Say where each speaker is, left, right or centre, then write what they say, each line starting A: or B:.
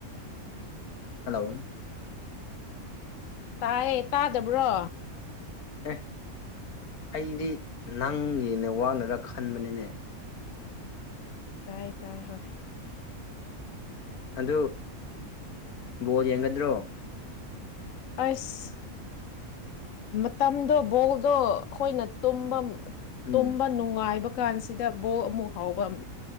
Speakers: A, on the left (about 80°); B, on the left (about 65°).
A: ꯍꯜꯂꯣ
B: ꯇꯥꯌꯦ ꯇꯥꯗꯕ꯭ꯔꯣ
A: ꯑꯦ ꯑꯩꯗꯤ ꯅꯪꯒꯤ ꯅꯦꯠꯋꯥꯛꯅꯔ ꯈꯟꯕꯅꯤꯅꯦ
B: ꯇꯥꯏ ꯇꯥꯏ ꯍꯣꯏ
A: ꯑꯗꯨ ꯕꯣꯜ ꯌꯦꯡꯒꯗ꯭ꯔꯣ
B: ꯑꯁ ꯃꯇꯝꯗꯣ ꯕꯣꯜꯗꯣ ꯑꯈꯣꯏꯅ ꯇꯨꯝꯕ
A: ꯎꯝ
B: ꯇꯨꯝꯕ ꯅꯨꯡꯉꯥꯏꯕ ꯀꯥꯟꯁꯤꯗ ꯕꯣꯛ ꯑꯃꯨꯛ ꯍꯥꯎꯕ